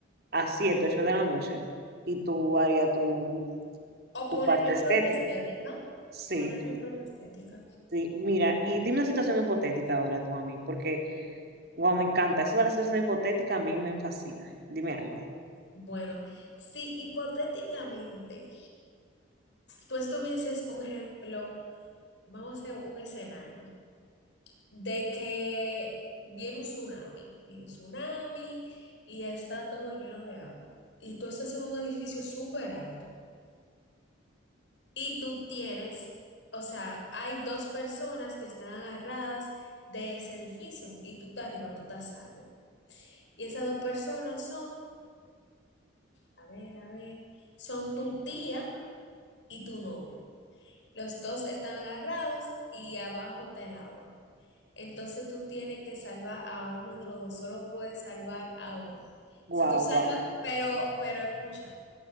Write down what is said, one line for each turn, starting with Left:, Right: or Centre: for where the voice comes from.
Right: a siete ocho de la noche y tú harías tu,
Left: O
Right: tu
Left: poner
Right: parte
Left: mi
Right: estética.
Left: propia estética,
Right: Sí.
Left: poner mi propia estética.
Right: Sí, mira, y dime una situación hipotética ahora tú a mí, porque, wow, me encanta. Eso de la situación hipotética a mí me fascina. Dime algo.
Left: Bueno, si hipotéticamente tú estuvieses un ejemplo, vamos a hacer un escenario. de que viene un tsunami, viene un tsunami y está todo lleno de agua. Y tú estás en un edificio súper alto y tú tienes, o sea, hay dos personas que están agarradas de ese edificio y tú estás arriba, tú estás salvo. Y esas dos personas son, a ver, a ver, son tu tía y tu novio. Los dos están agarrados y abajo está el agua. Entonces tú tienes que salvar a uno de los dos, solo puedes salvar a uno.
Right: Wow,
Left: Si tú salvas,
Right: wow.
Left: pero, pero escucha,